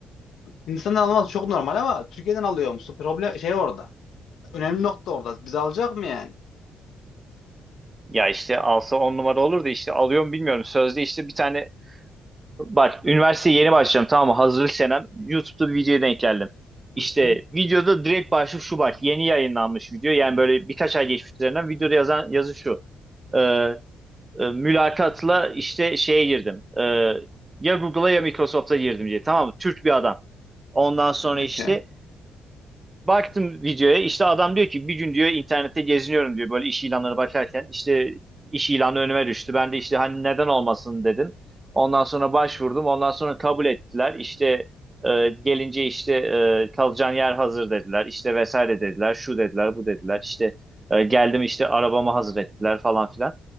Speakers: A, on the left (about 70°); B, on the right (about 25°).
A: Hindistan'dan alması çok normal ama Türkiye'den alıyor musun? Problem şey orada. Önemli nokta orada. Biz alacak mı yani?
B: Ya işte alsa 10 numara olur da işte alıyor mu bilmiyorum. Sözde işte bir tane bak üniversiteye yeni başlayacağım tamam mı? Hazırlık senem. YouTube'da bir videoya denk geldim. İşte
A: Hı hı.
B: videoda direkt başlık şu bak. Yeni yayınlanmış video. Yani böyle birkaç ay geçmiş üzerinden videoda yazan yazı şu. Ee, e, mülakatla işte şeye girdim. Ee, ya Google'a ya Microsoft'a girdim diye. Tamam mı? Türk bir adam. Ondan sonra
A: Okey.
B: işte baktım videoya işte adam diyor ki bir gün diyor internette geziniyorum diyor böyle iş ilanları bakarken işte iş ilanı önüme düştü. Ben de işte hani neden olmasın dedim. Ondan sonra başvurdum. Ondan sonra kabul ettiler. İşte e, gelince işte e, kalacağın yer hazır dediler. İşte vesaire dediler. Şu dediler, bu dediler. İşte e, geldim işte arabamı hazır ettiler falan filan.